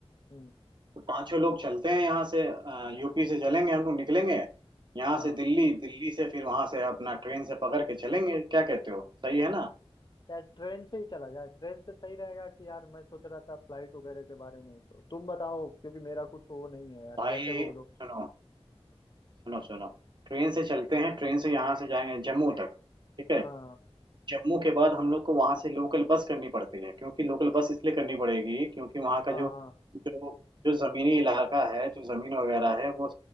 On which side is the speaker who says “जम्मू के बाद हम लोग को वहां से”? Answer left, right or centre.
Right